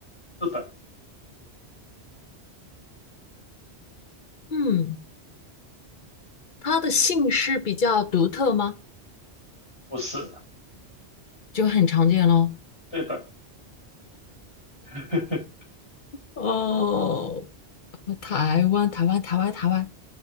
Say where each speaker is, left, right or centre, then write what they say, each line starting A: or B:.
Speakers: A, on the left (about 25°); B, on the left (about 50°).
A: 是的，
B: 嗯。他的姓氏比较独特吗？
A: 不是，
B: 就很常见咯。
A: 对的，<laughs>
B: 哦，台湾，台湾，台湾，台湾，